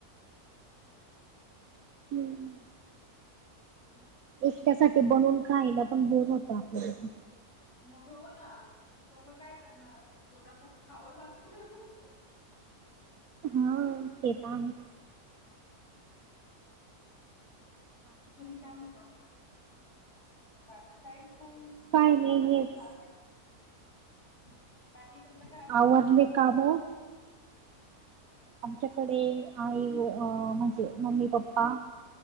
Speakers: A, on the left (about 50°); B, on the right (about 70°).
A: <inaudible> <unintelligible>
B: हम्म
A: हम्
B: एकट्यासाठी बनवून खायला पण बोर होत आपल्याला पण.
A: म हो ना पण मग काय करणार आता पोटासाठी खावं लागतं.
B: हाय ते पण आहेचं.
A: तुम्ही काय म्हणता. बाकी काहीच नाही
B: काय
A: मस्त
B: नाही
A: मजेत
B: हेच
A: चाललयं. हम बाकी तुमच्या घरात
B: आवरले
A: कोण कोण असत?
B: काम आमच्याकडे आई व अं म्हणजे मम्मी, पप्पा